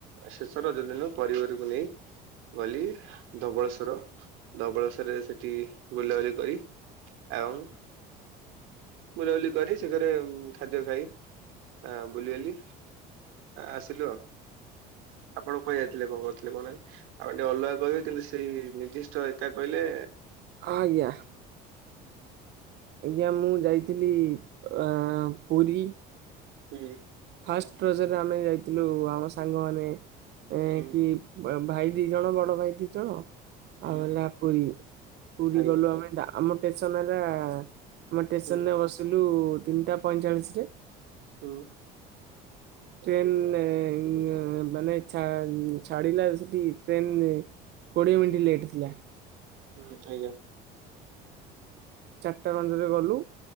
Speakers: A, on the right; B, on the right.
A: ଶେଷ ରଜ ଦିନ ପରିବାରକୁ ନେଇ ଗଲି ଧବଳେଶ୍ୱର। ଧବଳେଶ୍ୱରରେ ସେଠି ବୁଲାବୁଲି କରି ଏବଂ ବୁଲାବୁଲି କରି ସେ ଘରେ ଖାଦ୍ୟ ଖାଇ ଆ ବୁଲିିବାଲି ଆସିଲୁ ଆଉ। ଆପଣ କୁଆଡେଯାଇଥିଲେ କଣ କରଥିଲେ କହୁନାହାନ୍ତି ଆଉ ଟିକେ ଅଲଗା କହିବେ କିନ୍ତୁ ସେଇ ନିର୍ଦିଷ୍ଟ ଏକା କହିଲେ
B: ଆଜ୍ଞା। ଆଜ୍ଞା ମୁଁ ଯାଇଥିଲି ଆଁ ପୁରୀ।
A: ହୁଁ।
B: ଫାଷ୍ଟ ରଜରରେ ଆମେ ଯାଇଥିଲୁ ଆମ ସାଙ୍ଗମାନେ। ଏ
A: ହୁଁ
B: କି। ଭାଇ ଦି ଜଣ ବଡ ଭାଇ ଦି ଜଣ
A: ହୁଁ
B: ଆଉ ହେଲା ପୁରୀ। ପୁରୀ
A: ଆଜ୍ଞା
B: ଗଲୁ ଆମେ ଆମର ଟେଶନ ହେଲା। ଆମ ଷ୍ଟେସନରେ
A: ହୁଁ
B: ବସିଲୁ ତିନିଟା ପଇଁଚାଳିଶରେ।
A: ହୁଁ
B: ଟ୍ରେନେ ମାନେ ଛା ଛାଡିଲା ସେଠି ଟ୍ରେନେ କୋଡିଏ ମିନିଟ ଲେଟ୍ ଥିଲା।
A: ହୁଁ ଆଜ୍ଞା।
B: ଚାରିଟା ପନ୍ଦର ରେ ଗଲୁ